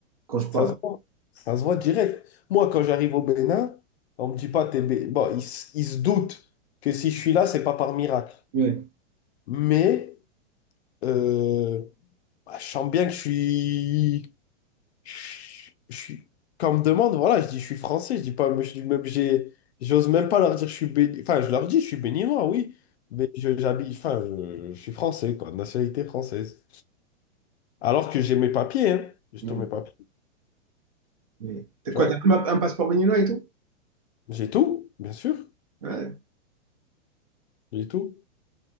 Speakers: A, on the right; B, on the left.
A: quand je parle.
B: Ça se voit, ça se voit direct. Moi, quand j'arrive au Bénin, on me dit pas, t'es bé- Bon, ils, s- ils se doutent que si je suis là, c'est pas par miracle.
A: Ouais.
B: Mais euh, bah, je sens bien que je suis... Je je suis... Quand on me demande, voilà, je dis je suis français, je dis pas, je dis même, j'ai, j'ose même pas leur dire je suis béni... Enfin, je leur dis je suis béninois, oui, mais je- j'habite, enfin, je, je suis français, quoi, de nationalité française. Alors que j'ai mes papiers, hein, j'ai
A: Mm.
B: tous mes papiers,
A: Mais t'as
B: tu
A: quoi,
B: vois.
A: t'as même un un passeport béninois et tout?
B: J'ai tout, bien sûr,
A: Ouais,
B: j'ai tout.